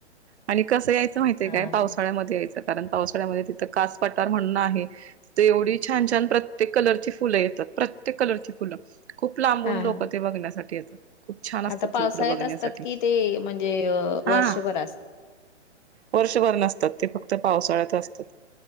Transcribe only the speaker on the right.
आणि कसं यायचं माहितीय
काय पावसाळ्यामध्ये
यायचं. कारण पावसाळ्या तिथ कास पटार म्हण आहे तिथ एवढी छान छान प्रत्येक कलर ची फुल आहेत. प्रत्येक कलरची फुलं खूप लांबून
लोक ते बघण्यासाठी येतात. खूप छान असतात
तिकडं बघण्यासाठी
हा.
वर्षभर नसतात. ते फक्त पावसाळ्यात असतात.